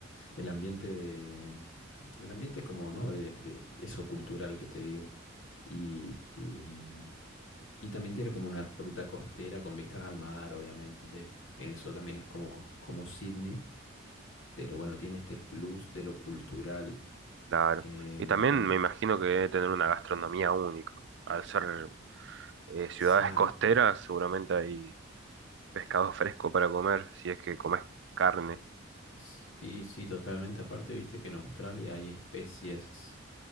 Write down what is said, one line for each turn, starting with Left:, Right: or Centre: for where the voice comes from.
Left: el ambiente de, el ambiente como, ¿no? De, de- de eso cultural que te digo. Y, y, mm, y también tiene como una ruta costera con vistas al mar, obviamente. En eso también es como, como Sydney, pero bueno, tiene este plus de lo cultural.
Right: claro.
Left: Em,
Right: Y también me imagino que debe tener una gastronomía única. Al ser eh, ciudades
Left: exacto.
Right: costeras, seguramente hay pescado <laughs> fresco para comer, si es que comes carne,
Left: Es- y sí, totalmente. Aparte, viste que en Australia hay especies,